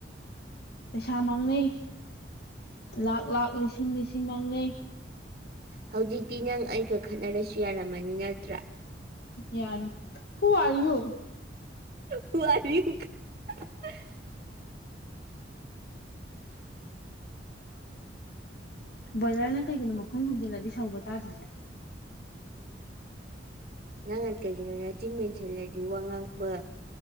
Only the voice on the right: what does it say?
ꯍꯧꯖꯤꯛꯇꯤ ꯅꯪ ꯑꯩꯒ ꯈꯠꯅꯔꯁꯨ ꯌꯥꯔꯝꯃꯅꯤ ꯅꯠꯇ꯭ꯔꯥ
<unintelligible> <inaudible>
ꯅꯪꯅ ꯀꯩꯒꯤꯅꯣ ꯅꯆꯤꯟ ꯃꯦꯟꯁꯤꯜꯂꯗꯤ ꯋꯥ ꯉꯥꯡꯕ